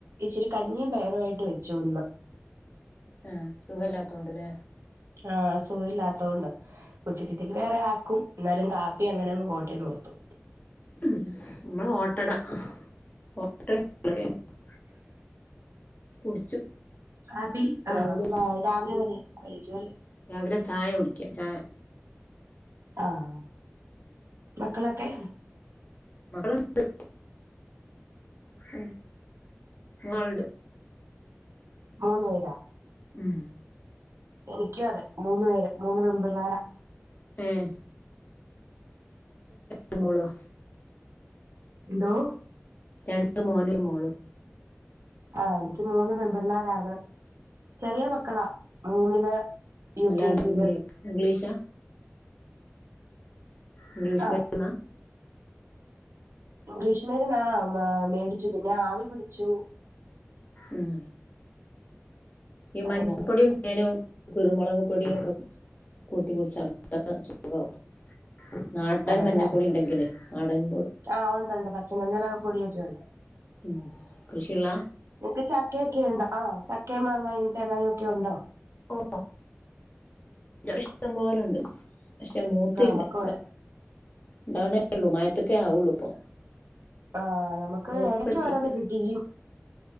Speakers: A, on the right (about 75°); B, on the left (about 35°).
A: ഇച്ചിരി കഞ്ഞിയും പയറും ആയിട്ട് വെച്ചു ഇന്ന്
B: ആഹ് സുഖമില്ലാത്ത കൊണ്ടല്ലേ
A: ആഹ് അ സുഖമില്ലാത്തോണ്ട് ഉച്ചക്കത്തേക്ക് വേറെ ആക്കും എന്നാലും കാപ്പി അങ്ങനങ്ങ് പോട്ടേന്ന് ഓർത്തു
B: ഉം നമ്മള് ഓട്ടട <unintelligible> കുടിച്ചു
A: കാപ്പി
B: ചായകുടി
A: ആഹ് രാവിലെ തന്നെ കഴിക്കൂല്ലേ
B: രാവിലെ ചായ കുടിക്കുക ചായ
A: ആഹ് മക്കളൊക്കെ
B: മകളുണ്ട് ഉം വേൾഡ്
A: മൂന്ന് പേരാ
B: ഉം
A: എനിക്കും അതെ മൂന്ന് പേരാ മൂന്ന് പെമ്പിള്ളേരാ
B: ഉം ഒരു മോളുവാ
A: എന്തോ
B: രണ്ടു മോനും ഒരു മോളും
A: ആഹ് എനിക്ക് മൂന്ന് പെൺപിള്ളേരാണ് ചെറിയ മക്കളാ മൂന്നില് യു
B: അല്ലാ
A: കെ ജിയില്
B: ഇംഗ്ലീഷാ ഇംഗ്ലീഷ്
A: ആഹ്
B: മരുന്നാ
A: ഇംഗ്ലീഷമരുന്നാ മേടിച്ചു പിന്നെ ആവി പിടിച്ചു
B: ഉം ഈ
A: അങ്ങനെയൊക്കെ
B: മഞ്ഞപ്പൊടിയും ങ്ങാനും കുരുമുളക് പൊടിയൊക്കെ കൂട്ടി വെച്ചാൽ മതി അതാണ് സുഖവും നാടൻ
A: അതെല്ലേ
B: മഞ്ഞപ്പൊടി ഉണ്ടെങ്കിലേ നാടൻപ
A: ആഹ് ഉണ്ട് ഉണ്ട് പച്ചമഞ്ഞള് പൊടിയൊക്കെ ഉണ്ട്
B: ഉം ക്രിഷിയുള്ളയാ
A: നിക്ക് ചക്കയൊക്കെ ഉണ്ടോ ആഹ് ചക്കയും മാങ്ങയും തേങ്ങുയും ഒക്കെ ഉണ്ടോ
B: ഓ ചക്ക ഇഷ്ടം പോലുണ്ട് പക്ഷെ മൂത്തില്ല
A: ആഹ് നമുക്കും
B: എ
A: അതെ
B: ഇണ്ടാവണേ ഉള്ളൂ മാറ്റത്തെ ആവുള്ളു ഇപ്പൊ
A: ആഹ് നമുക്ക്
B: മൂപ്പ്
A: ഇടക്ക്
B: എത്തിയില്ല
A: ഓരോന്ന് കിട്ടി